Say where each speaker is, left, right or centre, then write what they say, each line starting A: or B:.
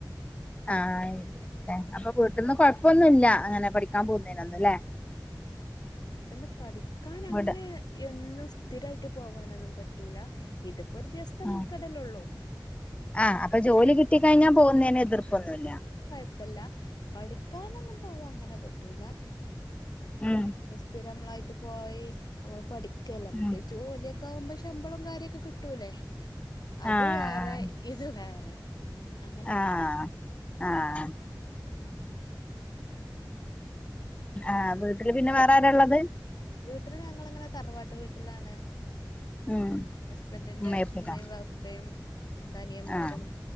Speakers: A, on the left (about 15°); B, on the left (about 60°).
A: ആഹ് <unintelligible> അപ്പോ വീട്ടിന്ന്ന് കൊഴപ്പൊന്നുമില്ല അങ്ങനെ പഠിക്കാൻ പോകുന്നതിനൊന്നും ലെ
B: വീട്ട്ന്ന് പഠിക്കാൻ അങ്ങനെ
A: വിട
B: എന്നും സ്ഥിരായിട്ട് പോവാനൊന്നും പറ്റൂല ഇതിപ്പോ ഒരു ദിവസത്തെ
A: ആഹ്
B: മൻകടലൊള്ളു
A: ആഹ് അപ്പോ ജോലി കിട്ടിക്കഴിഞ്ഞാ പോകുന്നേന് എതിർപ്പൊന്നും ഇല്ല
B: ഇപ്പല്ല പഠിക്കാനൊന്നും പോവാ അങ്ങനെ പറ്റൂല
A: ഉം
B: അപ്പൊ സ്ഥിരമ്മളായിട്ട് പോയി നമ്മള് പഠിക്കല്ല
A: ഉം
B: മറ്റേ ജോലിയൊക്കെ ആവ്മ്പോ ശമ്പളം കാര്യൊക്കെ കിട്ടൂല്ലേ അത്
A: ആഹ്
B: വേറെ ഇത് വേറെ അങ്ങനെയാണ്
A: ആഹ് ആഹ് ആഹ് വീട്ടില് പിന്നെ വേറെ ആരള്ളത്
B: വീട്ടിൽ ഞങ്ങളിങ്ങനെ തറവാട്ട് വീട്ടിലാണ്
A: ഉം
B: ഹസ്ബൻഡ്ന്റെ
A: ഉമ്മ ഇപ്പിക്ക
B: ഉമ്മയും വാപ്പയുംരണ്ടനിയമാരും
A: ആഹ്